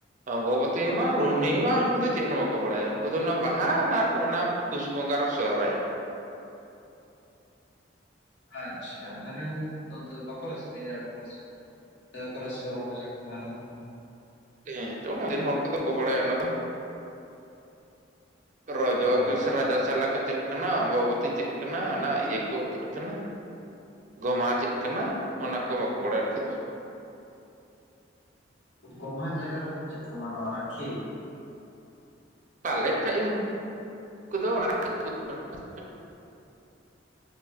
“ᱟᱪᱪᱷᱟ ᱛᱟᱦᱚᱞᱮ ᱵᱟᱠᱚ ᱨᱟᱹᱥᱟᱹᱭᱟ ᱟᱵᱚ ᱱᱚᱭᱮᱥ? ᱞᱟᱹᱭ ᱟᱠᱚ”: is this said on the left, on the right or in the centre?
Left